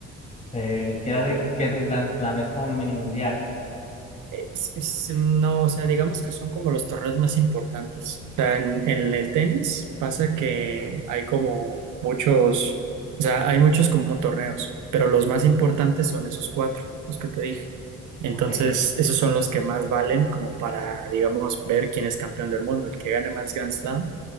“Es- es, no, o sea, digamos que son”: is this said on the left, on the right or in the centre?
Right